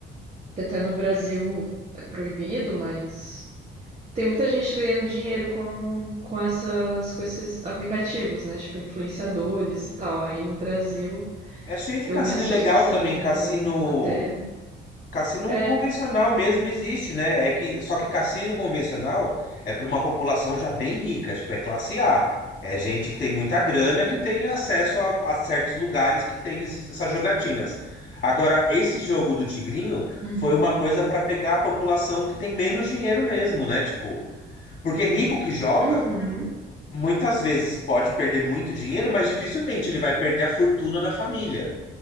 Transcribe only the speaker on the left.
É cheio de
cassino
legal
também, cassino
Cassino
convencional mesmo existe, né? É que só que cassino convencional é para uma população já bem rica, tipo, é classe A. É gente que tem muita grana que tem acesso a, a certos lugares que tem esses- essas jogatinas. Agora, esse jogo do Tigrinho
foi uma coisa para pegar a população que tem menos dinheiro mesmo, né? Tipo, porque rico que joga,
muitas vezes pode perder muito dinheiro, mas dificilmente ele vai perder a fortuna da família